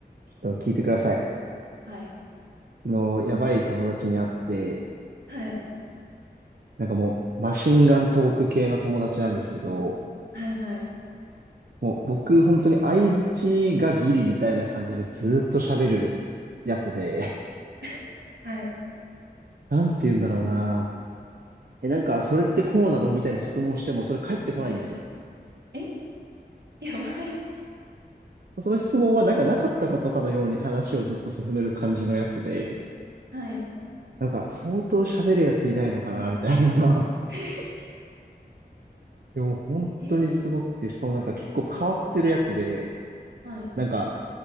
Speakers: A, on the right; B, on the right.
A: ちょっと聞いてください。
B: はい。
A: 昨日、やばい友達に会って、
B: はい。
A: なんかもう、マシンガントーク系の友達なんですけど、
B: はい。はい。
A: もう僕、本当に相槌がギリみたいな感じでずーっと喋るやつで、
B: <laughs> はい。
A: なんて言うんだろうな。え、なんか、それってこうなのみたいな質問しても、それ返ってこないんですよ。
B: はいえ <laughs> やばい。
A: その質問は、なんかなかったことかのように話をずっと進める感じのやつで、
B: はい。
A: なんか、相当喋るやついないのかなみたいな。
B: <laughs>
A: <laughs> でも、本当にすごくて、
B: えー、
A: しかもなんか結構変わってるやつで、
B: はい。
A: なんか、